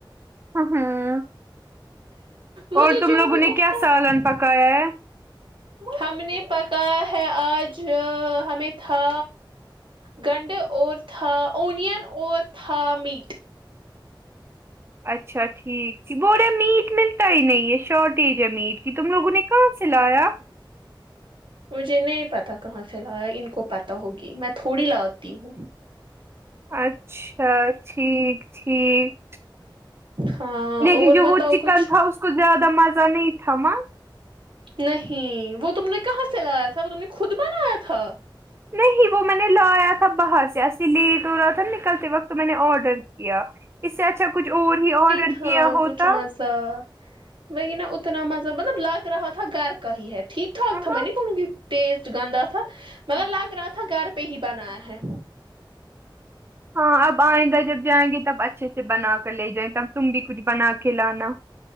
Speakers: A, on the right; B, on the right.
A: ہمم ہاں
B: مجھے
A: اور تم
B: جو
A: لوگوں
B: بھی
A: نے
B: اٹھتا
A: کیا سالن
B: ہے
A: پکایا ہے
B: ہم نے پکایہ ہے آج ہمیں تھا گنڈ اور تھا اونین اور تھا میٹ
A: اچھا ٹھیک بول رہے میٹ ملتا ہی نہیں ہے شارٹیج ہے میٹ یہ تم لوگوں نے کہا سے لایا
B: مجھے نہیں پتا کہاں سے لایا ان کو پت تا ہوگی میں تھوڑی لاتی ہوں
A: اچھا ٹھیک ٹھیک
B: ہاں
A: لیکن
B: اور
A: جو
B: بتاؤ
A: وہ چکن
B: کچھ
A: تھا اس کو زیادہ مزہ نہیں تھا ماں
B: نہیں وہ تم نے کہاں سے لایا تھا وہ تم نے خود بنایا تھا
A: نہیں وہ میں نے لایا تھا باہر سے ایسے لیٹ ہو رہا تھا نا نکلتے وقت میں نے آرڈر کیا اس سے اچھا کچھ اور ہی آڈر
B: تھا
A: کیا ہوتا
B: کچھ سا نہیں نا اتنا مزہ مطلب لگ رہا تھا گھر کا ہی ہے ٹھیک ٹھاک
A: ہاں
B: تھا میں نہیں بولوں گی ٹیسٹ گندا تھا مگر لگ رہا تھا گھر پہ ہی بنایا ہے
A: ہاں اب آئیں گا جب جائیں گے تب اچھے سے بنا کر لے جائیںے تب تم بھی کچھ بنا کے لانا